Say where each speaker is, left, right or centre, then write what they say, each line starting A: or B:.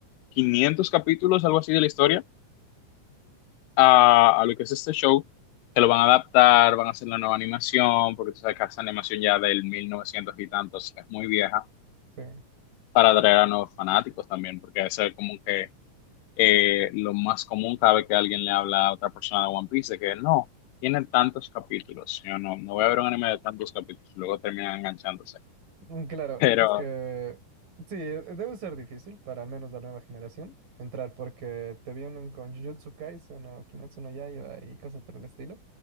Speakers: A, on the left; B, on the right.
A: 500 capítulos, algo así de la historia, a, a lo que es este show, que lo van a adaptar, van a hacer la nueva animación, porque tú sabes que esa animación ya del 1900 y tantos es muy vieja,
B: sí.
A: para atraer a nuevos fanáticos también, porque eso es como que eh, lo más común cada vez que alguien le habla a otra persona de One Piece, es que no, tiene tantos capítulos, yo no, no voy a ver un anime de tantos capítulos, y luego terminan enganchándose,
B: Mm, Claro,
A: pero...
B: es que sí, eh, debe ser difícil para al menos la nueva generación entrar porque te vienen con Jujutsu Kaisen o Kimetsu no Yaiba y cosas por el estilo,